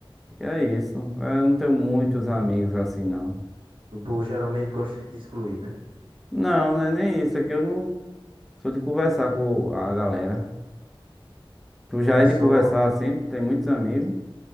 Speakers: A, in the centre; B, on the right.
A: E é isso. Eu não tenho muitos amigos assim, não.
B: o povo geralmente gosta de te excluir, né?
A: Não, não é nem isso. É que eu não sou de conversar com a galera. Tu já
B: É
A: é
B: só...
A: de conversar assim, tu tem muitos amigos.